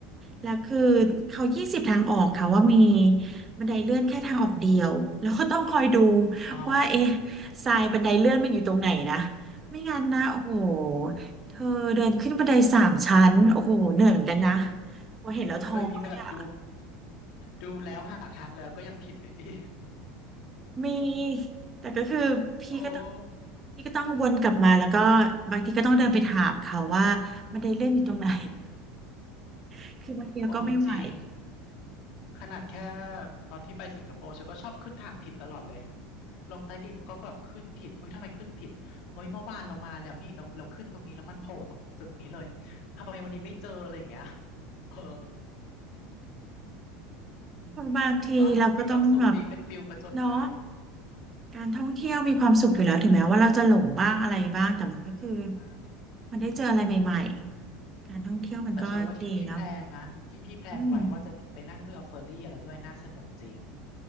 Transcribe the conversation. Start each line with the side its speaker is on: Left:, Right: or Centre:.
Right: แล้วคือเขายี่สิบทางออกค่ะว่ามีบันไดเลื่อนแค่ทางออกเดียวแล้วก็ต้องคอยดู
Left: อ๋อ
Right: ว่าเอ๊ะทรายบันไดเลื่อนมันอยู่ตรงไหนนะไม่งั้นนะโอ้โหเธอเดินขึ้นบันไดสามชั้นโอ้โหเหนื่อยเหมือนกันนะพอเห็นแล้วท้อเลยอะ
Left: เคยมีแบบดูดูแล้วหาทางแล้วก็ยังผิดไหมพี่
Right: มีแต่ก็คือพี่ก็ต้อง
Left: โอ้
Right: นี่ก็ต้องวนกลับมาแล้วก็บางทีก็ต้องเดินไปถามเขาว่าบันไดเลื่อนอยู่ตรงไหน
Left: เอออืม
Right: <laughs> คือบางทีเราก็ไม่ไหว
Left: โอ้จริงขนาดแค่ตอนที่ไปสิงคโปร์ฉันก็ชอบขึ้นทางผิดตลอดเลยลงใต้ดินก็แบบขึ้นผิดอุ้ยทำไมขึ้นผิดเฮ้ยเมื่อวานเรามาแล้วนี่เราเราขึ้นตรงนี้แล้วมันโผล่ตรงตึกนี้เลยทำไมวันนี้ไม่เจออะไรอย่างเงี้ย <laughs> เอออืมแต่ก็มีความสุขดีเป็นฟิลผจญภัย
Right: บางทีเราก็ต้องแบบเนาะการท่องเที่ยวมีความสุขอยู่แล้วถึงแม้ว่าเราจะหลงบ้างอะไรบ้างแต่มันก็คือ
Left: อ่า
Right: มันได้เจออะไรใหม่ๆการท่องเที่ยวมันก็ดีเนาะ
Left: แต่เชื่อว่าที่พี่แพลนนะที่พี่แพลนไว้ว่าจะไปนั่งเรือเฟอร์รี่อะไรด้วยน่าสนุกจริง
Right: อืม